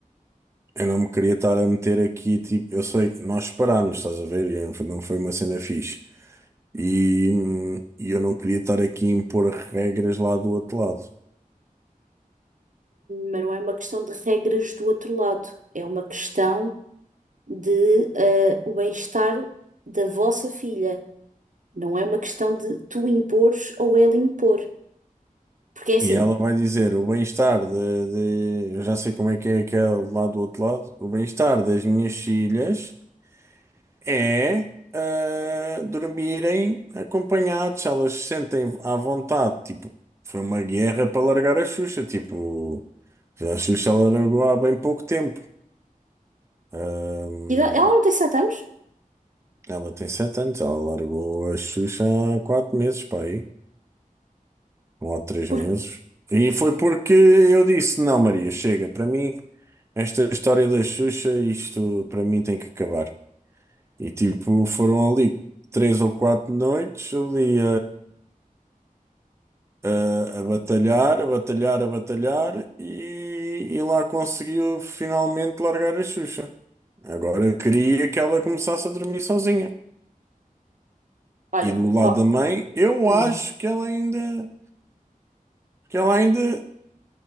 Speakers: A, on the right; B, on the right.
A: eu não me queria estar a meter aqui, tipo, eu sei, nós separámos, estás a ver? E não foi não foi uma cena fixe. E, hum, e eu não queria estar aqui a impor regras lá do outro lado.
B: mas não é uma questão de regras do outro lado. É uma questão de ah, o bem-estar da vossa filha. Não é uma questão de tu impores ou ela impor. Porque é assim.
A: E ela vai dizer, o bem-estar de, de- Eu já sei como é que é aquele lá do outro lado. O bem-estar das minhas filhas é ah, dormirem acompanhados, elas se sentem à vontade. Tipo, foi uma guerra para largar a Xuxa. Tipo, a Xuxa ela largou há bem pouco tempo. Ahm,
B: e Ela ela não tem sete anos?
A: ela tem sete anos, ela largou a Xuxa há quatro meses, para aí, um ou há três
B: Porque,
A: meses. E foi porque eu disse: Não, Maria, chega, para mim, esta história da Xuxa, isto para mim tem que acabar. E tipo, foram ali três ou quatro noites ali. a, a batalhar, a batalhar, a batalhar e, e lá conseguiu finalmente largar a Xuxa. Agora eu queria que ela começasse a dormir sozinha.
B: olha,
A: E do
B: o
A: lado
B: pa-
A: da mãe, eu
B: hum,
A: acho que ela ainda, que ela ainda